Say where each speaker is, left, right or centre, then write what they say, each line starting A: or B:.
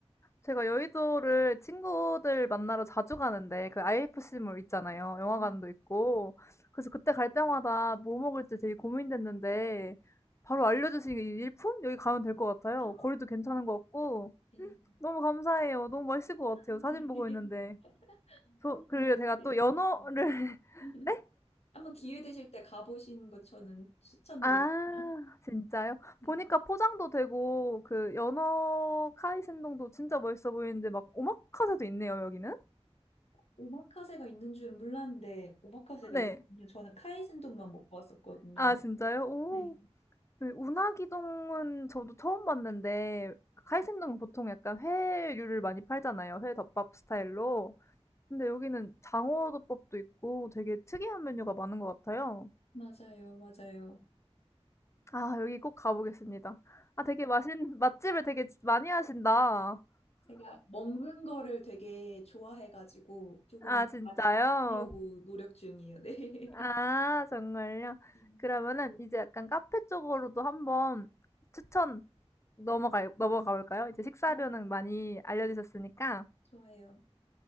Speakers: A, on the left; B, on the left.
A: 제가 여의도를 친구들 만나러 자주 가는데 그 IFC몰 있잖아요. 영화관도
B: 네.
A: 있고. 그래서 그때 갈 때마다 뭐 먹을지 되게 고민됐는데 바로 알려주신 이 일품? 여기 가면 될 것 같아요.
B: 아,
A: 거리도 괜찮은 것 같고.
B: 네.
A: 음, 너무 감사해요. 너무 맛있을
B: 아,
A: 것 같아요. 사진
B: 네.
A: 보고
B: <laughs>
A: 있는데. 저
B: 한번
A: 그리고
B: 기회
A: 제가 또
B: 되실
A: 연어를
B: 때.
A: <laughs>
B: <laughs>
A: 네?
B: 한번 기회 되실 때 가보시는 것 저는 추천드립니다.
A: 아 진짜요?
B: 네.
A: 보니까 포장도 되고 그 연어 카이센동도 진짜 멋있어 보이는데 막 오마카세도 있네요, 여기는.
B: 오마카세가 있는 줄은 몰랐는데 오마카세가
A: 네.
B: 있군요. 저는 카이센동만 먹고 왔었거든요.
A: 아 진짜요? 오.
B: 네.
A: 그 운하기동은 저도 처음 봤는데 카이센동은 보통 약간 회류를 많이 팔잖아요. 회 덮밥 스타일로. 근데 여기는 장어 덮밥도 있고 되게 특이한 메뉴가 많은 것 같아요.
B: 맞아요, 맞아요.
A: 아 여기 꼭 가보겠습니다. 아 되게 맛있는 맛집을 되게 많이 하신다.
B: 제가 먹는 거를 되게 좋아해가지고 조금
A: 아 진짜요?
B: 많이 다니려고 노력 중이에요. 네. <laughs>
A: 아 정말요?
B: 네.
A: 그러면은 이제 약간 카페 쪽으로도 한번 추천 넘어가 넘어가 볼까요? 이제 식사료는
B: 아,
A: 많이 알려주셨으니까.
B: 좋아요.